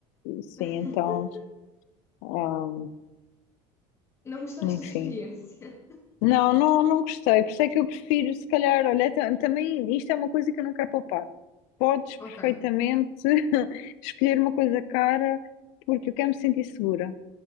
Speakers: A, on the left; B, on the left.
A: sim,
B: <laughs>
A: então, ah,
B: Não gostaste
A: enfim.
B: da experiência? <laughs>
A: Não, não, não gostei. Por isso é que eu prefiro, se calhar, olha, ta- também isto é uma coisa que eu não quero poupar. Podes
B: Ok,
A: perfeitamente <laughs> escolher uma coisa cara, porque eu quero me sentir segura.